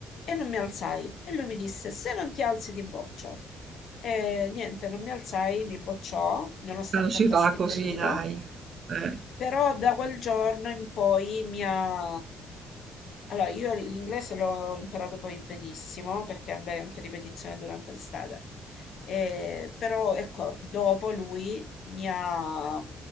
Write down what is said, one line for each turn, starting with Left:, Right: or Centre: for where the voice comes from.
Left: E non mi alzai. E lui mi disse: Se non ti alzi, ti boccio. E niente, non mi alzai, mi bocciò, nonostante
Right: non si
Left: andasti
Right: fa così,
Left: benino.
Right: dai. Eh,
Left: Però da quel giorno in poi mi ha... Allora, io l'inglese l'ho imparato poi benissimo perché andai anche a ripetizione durante l'estate. Eh, però ecco, dopo lui mi ha